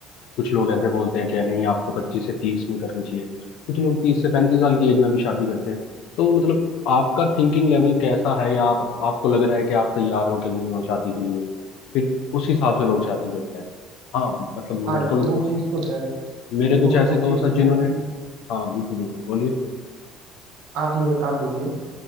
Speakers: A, on the left; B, on the right.
A: कुछ लोग ऐसे बोलते हैं कि नहीं आपको पच्चीस से तीस में करनी चाहिए कुछ लोग तीस से पैंतीस साल की एज में भी शादी करते हैं तो मतलब आपका थिंकिंग लेवल कैसा है या आप आपको लग रहा है कि आप तैयार हो कि नहीं हो शादी के लिए फिर उस हिसाब से लोग शादी करते हैं हाँ मतलब
B: हाँ
A: मेरे
B: यार
A: को
B: वो चीज़ तो है
A: मेरे
B: देखो
A: कुछ ऐसे
B: वो
A: दोस्त
B: चीज़
A: हैं
B: तो
A: जिन्होंने
B: है कि
A: हाँ बिल्कुल बिल्कुल बोलिए
B: आप नहीं बता आप बोलिए